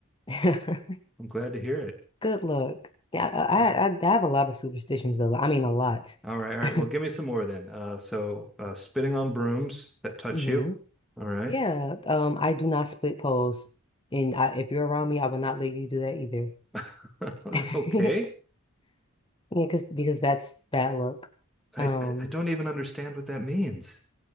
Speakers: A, on the left; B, in the centre.
A: <laughs>
B: I'm glad to hear it.
A: Good luck. Yeah, I,
B: Yeah.
A: I I have a lot of superstitions though. I mean a lot.
B: All right,
A: <laughs>
B: all right. Well, give me some more then. Uh, so uh, spitting on brooms that touch
A: hmm
B: you. All right.
A: Yeah, um I do not split poles. And I, if you're around me, I will not let you do that either.
B: <laughs>
A: <laughs>
B: Okay.
A: Yeah, because because that's bad luck.
B: I,
A: Um,
B: I I don't even understand what that means.